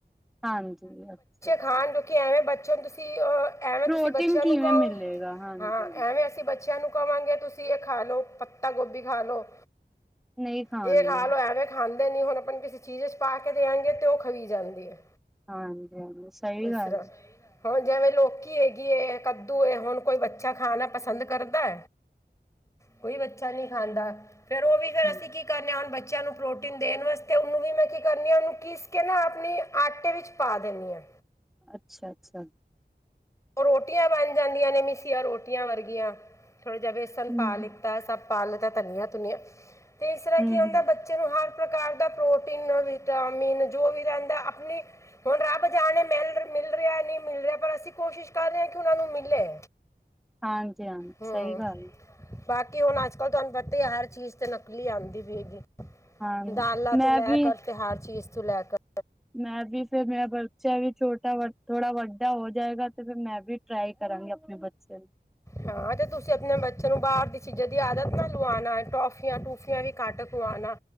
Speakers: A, in the centre; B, on the left.
A: ਹਾਂਜੀ ਅੱਛਾ ਅੱਛਾ
B: ਖਾਣ ਦੋ ਕਿ ਐਵੇਂ ਬੱਚੋ ਨੂੰ ਤੁਸੀਂ ਐਵੇਂ
A: ਪ੍ਰੋਟੀਨ
B: ਤੁਸੀਂ ਬੱਚਿਆਂ
A: ਕਿਵੇਂ
B: ਨੂੰ ਕਓ,
A: ਮਿਲੇਗਾ ਹਾਂਜੀ
B: ਹਾਂ
A: ਹਾਂਜੀ
B: ਐਵੇਂ ਅਸੀਂ ਬੱਚਿਆਂ ਨੂੰ ਕਵਾਂਗੇ ਤੁਸੀਂ ਇਹ ਖਾ ਲੋ ਪੱਤਾ ਗੋਭੀ ਖਾ ਲੋ
A: ਨਹੀਂ ਖਾਣਗੇ
B: ਇਹ ਖਾ ਲੋ ਐਵੇਂ ਖਾਂਦੇ ਨਹੀਂ, ਹੁਣ ਆਪਾਂ ਕਿਸੇ ਚੀਜ਼ 'ਚ ਪਾ ਕੇ ਦੇਆਂਗੇ ਤੇ ਉਹ ਖਵੀ ਜਾਂਦੀ ਹੈ
A: ਹਾਂ ਹਾਂਜੀ ਹਾਂਜੀ ਸਹੀ
B: ਮਿਸ਼ਰਾ
A: ਗੱਲ ਐ।
B: ਹੁਣ ਜਿਵੇਂ ਲੋਕੀ ਹੈਗੀ ਏ, ਕੱਦੂ ਏ, ਹੁਣ ਕੋਈ ਬੱਚਾ ਖਾਣਾ ਪਸੰਦ ਕਰਦਾ ਕੋਈ ਬੱਚਾ ਨਹੀਂ ਖਾਂਦਾ ਫੇਰ ਉਹ ਵੀ ਫੇਰ
A: ਹੂੰ,
B: ਅਸੀਂ ਕੀ ਕਰ ਨੇ ਹੁਣ ਬੱਚਿਆਂ ਨੂੰ ਪ੍ਰੋਟੀਨ ਦੇਣ ਵਾਸਤੇ, ਉਹਨੂੰ ਵੀ ਮੈਂ ਕੀ ਕਰਨੀ ਆ ਉਹਨੂੰ ਪੀਸ ਕੇ ਨਾ ਆਪਣੀ। ਆਟੇ ਵਿੱਚ ਪਾ ਦੇਨੀ ਆ।
A: ਅੱਛਾ! ਅੱਛਾ!
B: ਉਹ ਰੋਟੀਆਂ ਬਣ ਜਾਂਦੀਆਂ ਨੇ ਮੀਸੀਆਂ ਰੋਟੀਆਂ ਵਰਗੀਆਂ, ਥੋੜ੍ਹਾ ਜਿਹਾ ਵੇਸਨ
A: ਹਮ
B: ਪਾ ਲਿੱਤਾ
A: ਹਮ
B: ਸਭ। ਪਾ ਲੀਤਾ ਧਨੀਆ-ਧੁਨੀਆਂ ਤੇ ਇਸ ਤਰ੍ਹਾਂ ਕੀ
A: ਹਮ
B: ਹੁੰਦਾ।
A: ਹਮ
B: ਬੱਚੇ ਨੂੰ ਹਰ ਪ੍ਰਕਾਰ ਦਾ ਪ੍ਰੋਟੀਨ ਵਿਟਾਮਿਨ ਜੋ ਵੀ ਰਹਿੰਦਾ ਆਪਣੀ। ਹੁਣ ਰੱਬ ਜਾਣੇ ਮਿਲ ਮਿਲ ਰਿਹਾ ਨਹੀਂ ਮਿਲ ਰਿਹਾ ਪਰ ਅਸੀਂ। ਕੋਸ਼ਿਸ਼ ਕਰ ਰਹੇ ਹਾਂ ਕਿ ਉਹਨਾਂ ਨੂੰ ਮਿਲੇ।
A: ਹਾਂਜੀ! ਹਾਂਜੀ!
B: ਹੂੰ
A: ਸਹੀ ਗੱਲ
B: ਬਾਕੀ ਹੁਣ ਅੱਜ ਕੱਲ੍ਹ ਤੁਹਾਨੂੰ ਪਤਾ ਹੀ ਹੈ, ਹਰ ਚੀਜ਼ ਤੇ ਨਕਲੀ ਆਉਂਦੀ ਪਈ ਗੀ।
A: ਹਾਂ
B: ਦਾਲਾਂ
A: ਮੈਂ
B: ਤੋਂ ਲੈ
A: ਵੀ
B: ਕਰ, ਤੇ ਹਰ ਚੀਜ਼ ਤੋਂ ਲੈ ਕਰ।
A: ਮੈਂ ਵੀ ਫੇਰ ਮੇਰਾ ਬੱਚਾ ਵੀ ਛੋਟਾ ਥੋੜ੍ਹਾ ਵੱਡਾ ਹੋ ਜਾਏਗਾ, ਤੇ ਫਿਰ ਮੈਂ ਵੀ ਟਰਾਈ ਕਰਾਂਗੀ ਆਪ ਆਪਣੇ ਬੱਚੇ ਤੇ।
B: ਹਾਂ! ਤੇ ਤੁਸੀਂ ਆਪਣੇ ਬੱਚਿਆਂ ਨੂੰ ਬਾਹਰ ਦੀ ਚੀਜ਼ਾਂ ਦੀ ਆਦਤ ਨਾ ਲਵਾਉਣਾ ਹੈ, ਇਹ ਟੋਫੀਆਂ ਟੂਫੀਆਂ ਵੀ ਘੱਟ। ਖਵਾਉਣਾ,